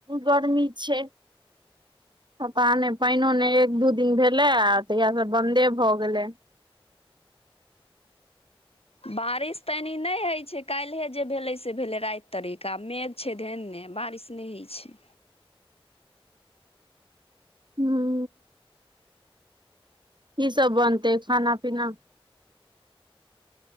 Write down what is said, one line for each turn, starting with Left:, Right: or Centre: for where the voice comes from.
Right: गर्मी छै पता नै पाईनो नय एक दू दिन भेलै आ तहिया सँ बंन्दे भऽ गेलै
Left: बारिश तऽ एनि नइ होइ छै काइल्हे जे भेलै से भेलै राइत तरिक आ मेघ छै धेने बारिश नय होय छै
Right: हूँ की सब बनतै खाना पीना